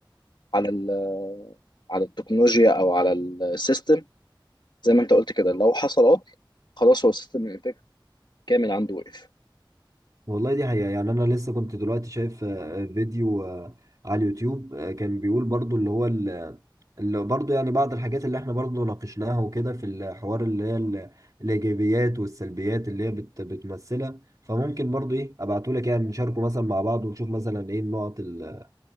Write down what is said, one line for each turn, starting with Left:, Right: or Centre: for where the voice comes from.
Left: على ال على التكنولوجيا او على السيستم زي ما انت قلت كده لو حصل عطل خلاص هو السيستم الانتاج كامل عنده وقف
Right: والله دي حقيقة يعني أنا لسه كنت دلوقتي شايف آه، آه، فيديو آه، على اليوتيوب آه، كان بيقول برضو اللي هو ال- اللي برضو يعني بعض الحاجات اللي احنا برضو ناقشناها وكده في الحوار اللي هي ال- الإيجابيات والسلبيات اللي هي بت بتمثلها فممكن برضو إيه أبعتولك يعني نشاركه مثلا مع بعض ونشوف مثلا إيه النقط ال-